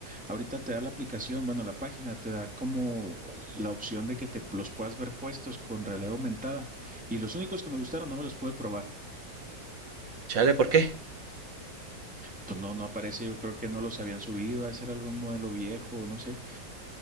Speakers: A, in the centre; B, on the right (about 85°).
A: Ahorita te da la aplicación, bueno, la página te da como la opción de que te los puedas ver puestos con realidad aumentada y los únicos que me gustaron no me los pude probar.
B: Chale, ¿por qué?
A: Pues no, no aparece, yo creo que no los habían subido, a ser algún modelo viejo, no sé.